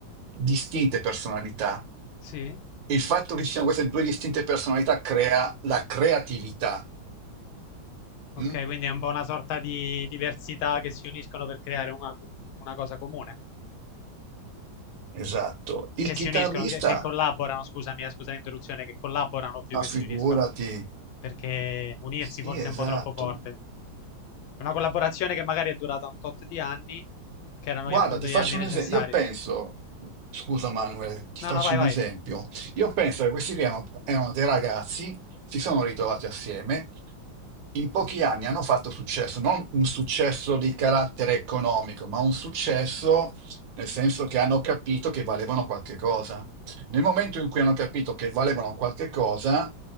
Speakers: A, on the right; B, on the left.
A: distinte personalità.
B: Sì.
A: E il fatto che ci siano queste due distinte personalità crea la creatività.
B: Ok,
A: mm?
B: quindi è un po' una sorta di diversità che si uniscono per creare una, una cosa comune.
A: Esatto. Il
B: Che
A: chitarrista,
B: si uniscono, che, che collaborano, scusami, eh, scusa l'interruzione, che collaborano più
A: ma
B: che
A: figurati,
B: si uniscono. perché unirsi
A: sì,
B: forse
A: esatto.
B: è un po' troppo forte. È una collaborazione che magari è durata un tot di anni, che erano
A: Guarda,
B: gli- appunto
A: ti
B: gli
A: faccio
B: anni necessari.
A: un esempio. Io penso, scusa Manuel, ti
B: No,
A: faccio
B: no, vai,
A: un
B: vai.
A: esempio. Io penso che questi qui erano, erano dei ragazzi, si sono ritrovati assieme, in pochi anni hanno fatto successo, non un successo di carattere economico, ma un successo nel senso che hanno capito che valevano qualche cosa. Nel momento in cui hanno capito che valevano qualche cosa,